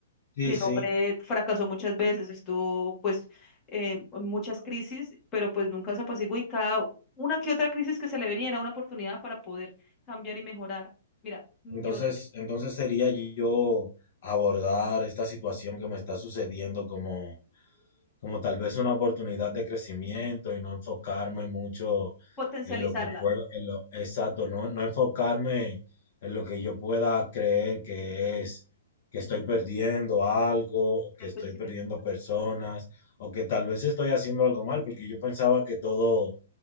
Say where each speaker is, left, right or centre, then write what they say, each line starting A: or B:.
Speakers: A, on the left; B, on the left.
A: Sí,
B: que el
A: sí.
B: hombre fracasó muchas veces, estuvo pues eh, en muchas crisis, pero pues nunca se apaciguó y cada una que otra crisis que se le venía era una oportunidad para poder cambiar y mejorar. Mira, yo
A: Entonces, entonces sería yo abordar esta situación que me está sucediendo como como tal vez una oportunidad de crecimiento y no enfocarme mucho
B: potencializarla
A: en lo que puedo, en lo, exacto, no, no enfocarme en lo que yo pueda creer que es, que estoy perdiendo algo, o
B: del
A: que estoy
B: pensamiento.
A: perdiendo
B: o sea,
A: personas, o que tal vez estoy haciendo algo mal, porque yo pensaba que todo